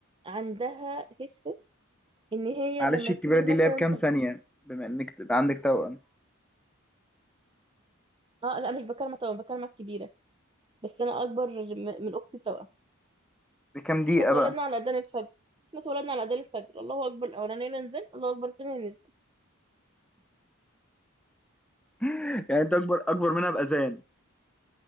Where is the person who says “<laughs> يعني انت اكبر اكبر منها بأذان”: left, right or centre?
Centre